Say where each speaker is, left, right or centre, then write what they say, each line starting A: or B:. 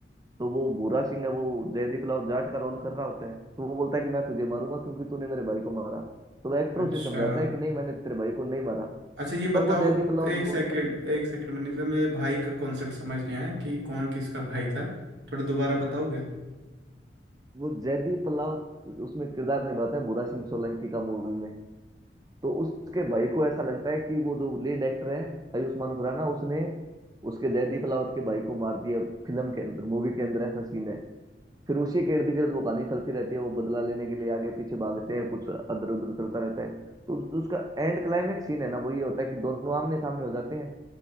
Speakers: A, on the right (about 20°); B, on the right (about 80°).
A: तो वो भूरा सिंह है वो जयदीप लाल जाट का रोल कर रहा होता है तो वो बोलता है कि मैं तुझे मारूंगा क्योंकि तूने मेरे भाई को मारा तो वो एक्टर
B: अच्छा
A: उसे समझाता है कि नहीं मैंने तेरे भाई को नहीं मारा
B: अच्छा ये बताओ
A: तब वो जयदीप राउत
B: एक सेकंड
A: बोलता है
B: एक सेकंड मनीष सर, मुझे भाई का कॉन्सेप्ट समझ नहीं आया कि कौन किसका भाई था थोड़ा दोबारा बताओगे
A: वो जयदीप राउत उसमें किरदार निभाता है भूरा सिंह सोलंकी का मूवी में तो उसके भाई को ऐसा लगता है कि वो जो लीड एक्टर है आयुष्मान खुराना उसने उसके जयदीप राउत के भाई को मार दिया फिल्म के अंदर मूवी के अंदर ऐसा सीन है फिर उसी के इर्द गिर्द वो कहानी चलती रहती है वो बदला लेने के लिए आगे पीछे भागते हैं कुछ अदर उधर चलता रहता है तो जो उसका एंड क्लाइमेक्स सीन है ना वो ये होता है कि दोनों आमने सामने हो जाते हैं